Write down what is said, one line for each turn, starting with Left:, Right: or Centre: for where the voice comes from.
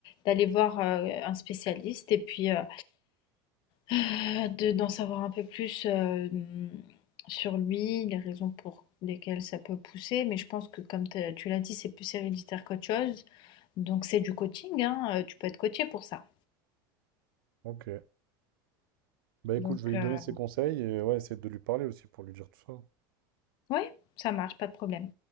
Left: d'aller voir euh, un spécialiste et puis euh, Heu, de d'en savoir un peu plus, hem, sur lui, les raisons pour lesquelles ça peut pousser, mais je pense que comme tu tu l'as dit, c'est plus héréditaire qu'autre chose, donc c'est du coaching, hein, heu, tu peux être coachée pour ça,
Right: Ok. Bah écoute,
Left: donc
Right: je vais lui
Left: heu,
Right: donner ses conseils et ouais, essayer de lui parler aussi pour lui dire tout ça.
Left: ouais, ça marche, pas de problème.